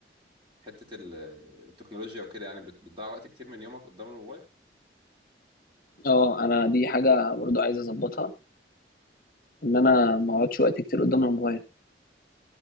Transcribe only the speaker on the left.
اه انا دي حاجه برضو عايز اظبطها ان انا ما اقعدش وقت كتير قدام الموبايل